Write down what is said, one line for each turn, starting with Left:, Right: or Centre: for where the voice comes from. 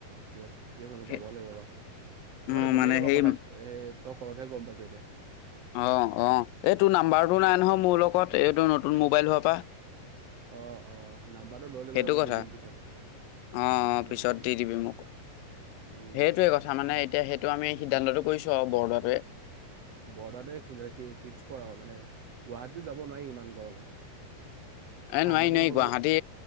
Right: ঠিকে। ঠিকে আছে মই
Left: সেই-
Right: যাব লাগিব ৰ মই
Left: অ
Right: মানে গমেই নাপাও
Left: সেই
Right: কথাত সে তই কওতেহে গম পাইছো এতিয়া
Left: অ' অ' এই তোৰ নাম্বাৰটো নাই নহয় মোৰ লগত, এইটো নতুন মোবাইল হোৱাৰ পৰা। <inaudible>
Right: অঁ অঁ নাম্বাৰটো লৈ ল'বি
Left: সেইটো
Right: ৰ মই
Left: কথা
Right: দি দিম পিছত
Left: অ' অ'
Right: উম
Left: পিছত
Right: উম
Left: দি দিবি মোক
Right: উম
Left: সেইটোয়ে
Right: নাম্বাৰটো
Left: কথা, মানে এতিয়া সেইটো আমি সিদ্ধান্তটো কৰিছো আৰু বৰদোৱাটোৱে।
Right: বৰদুৱাটোৱে <unintelligible> ফিক্স কৰ আৰু মানে গুৱাহাটীতো যাব নোৱাৰি ইমান গৰমত। ঠাণ্ডা
Left: এ নোৱাৰি
Right: দিন
Left: নোৱাৰি,
Right: হ'লেও
Left: গুৱাহাটী